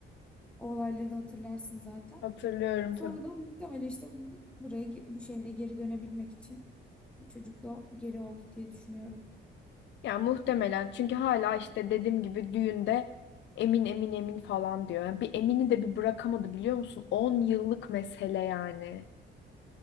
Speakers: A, in the centre; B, on the left (about 65°).
A: O olayları da hatırlarsın zaten.
B: hatırlıyorum
A: E, sonra
B: tabii.
A: da muhtemelen işte bu- buraya ge- bu şehre geri dönebilmek için bu çocukla geri oldu diye düşünüyorum.
B: Ya muhtemelen çünkü hala işte dediğim gibi düğünde emin emin emin falan diyor. Yani bir emini de bir bırakamadı biliyor musun? on yıllık mesele yani.